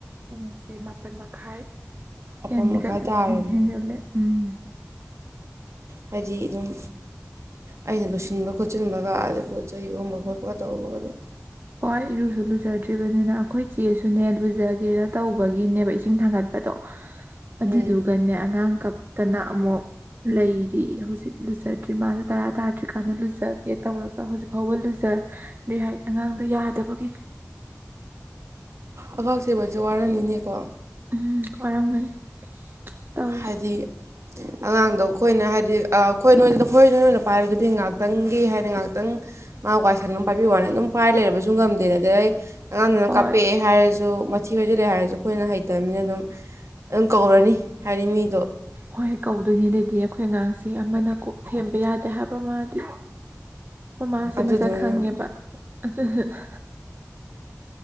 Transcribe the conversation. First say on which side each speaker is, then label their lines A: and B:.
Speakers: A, on the right; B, on the right.
A: ꯄꯨꯡꯖꯦ ꯃꯥꯄꯟ ꯃꯈꯥꯏ
B: ꯃꯥꯄꯜ
A: ꯍꯦꯟꯒꯠ
B: ꯃꯈꯥꯏ ꯇꯥꯔꯗꯤ
A: ꯍꯦꯟ ꯍꯦꯟꯒꯠꯂꯦ꯫ ꯎꯝ꯫
B: ꯍꯥꯏꯗꯤ ꯑꯗꯨꯝ ꯑꯩꯅ ꯂꯣꯏꯁꯤꯟꯕ ꯈꯣꯠꯆꯤꯟꯕꯒ ꯑꯗ ꯄꯣꯠ ꯆꯩ ꯌꯣꯟꯕ ꯈꯣꯠꯄꯒ ꯇꯧꯕꯒ ꯑꯗꯨꯝ
A: ꯍꯣꯏ ꯏꯔꯨꯖꯨ ꯂꯨꯖꯗ꯭ꯔꯤꯕꯅꯤꯅ꯫ ꯑꯩꯈꯣꯏ ꯆꯦꯁꯨꯅꯦ ꯂꯨꯖꯒꯦꯅ ꯇꯧꯕꯒꯤꯅꯦꯕ ꯏꯁꯤꯡ ꯊꯥꯡꯒꯠꯄꯗꯣ ꯑꯗꯨꯗꯨꯒꯅꯦ
B: ꯎꯝ
A: ꯑꯉꯥꯡ ꯀꯞ ꯇꯅ ꯑꯃꯨꯛ ꯂꯩꯔꯤ ꯏꯔꯨꯖꯤ ꯂꯨꯖꯗ꯭ꯔꯤ ꯃꯥꯗꯤ ꯇꯔꯥ ꯇꯥꯗ꯭ꯔꯤꯀꯥꯟꯗ ꯂꯨꯖꯒꯦ ꯇꯧꯔꯒ ꯍꯧꯖꯤꯛ ꯐꯥꯎꯕ ꯂꯨꯖꯗ꯭ꯔꯤ ꯍꯥꯏꯗꯤ ꯑꯉꯥꯡ ꯌꯥꯗꯕꯒꯤ꯫
B: ꯑꯉꯥꯡ ꯆꯦꯟꯕꯁꯦ ꯋꯥꯔꯝꯅꯤꯅꯦꯀꯣ꯫
A: ꯎꯝ ꯋꯥꯔꯝꯒꯅꯤ꯫ ꯇꯧꯔꯤꯁꯦ
B: ꯍꯥꯏꯗꯤ꯫ ꯑꯉꯥꯡꯗꯣ ꯑꯩꯈꯣꯏꯅ ꯍꯥꯏꯗꯤ ꯑꯩꯈꯣꯏ ꯅꯣꯏꯅꯗ ꯑꯩꯈꯣꯏ ꯅ ꯅꯣꯏꯅ ꯄꯥꯏꯕꯗꯨꯗꯤ ꯉꯥꯏꯍꯥꯛꯇꯪꯒꯤ ꯍꯥꯏꯅ ꯉꯥꯏꯍꯥꯛꯇꯪ ꯃꯥ ꯋꯥꯏ ꯁꯟ ꯑꯃ ꯄꯥꯏꯕꯤꯕ ꯋꯥꯅꯤ ꯑꯗꯨꯝ ꯄꯥꯏ ꯂꯩꯔꯕꯁꯨ ꯉꯝꯗꯦ ꯑꯗꯨꯗꯩ꯫ ꯑꯉꯥꯡꯗꯨꯅ
A: ꯍꯣꯏ
B: ꯀꯥꯞꯄꯛꯑꯦ ꯍꯥꯏꯔꯁꯨ꯫ ꯃꯊꯤ ꯐꯥꯏꯖꯤꯜꯂꯦ ꯍꯥꯏꯔꯁꯨ ꯑꯩꯈꯣꯏꯅ ꯍꯩꯇꯕꯅꯤꯅ ꯑꯗꯨꯝ ꯑꯗꯨꯝ ꯀꯧꯔꯅꯤ꯫ ꯍꯥꯏꯗꯤ ꯃꯤꯗꯣ
A: ꯍꯣꯏ ꯀꯧꯗꯣꯏꯅꯦ ꯑꯗꯨꯗꯤ ꯑꯩꯈꯣꯏ ꯑꯉꯥꯡꯁꯦ꯫ ꯁꯤ ꯑꯃꯅ ꯀꯣꯛ ꯊꯦꯝꯕ ꯌꯥꯗꯦ ꯍꯥꯏꯕ ꯃꯥꯗꯤ꯫ ꯃꯃꯥꯁꯦ
B: ꯑꯗꯨꯗꯨꯅ
A: ꯃꯁꯛ ꯈꯪꯉꯦꯕ ꯑꯗꯨꯗꯨꯅ꯫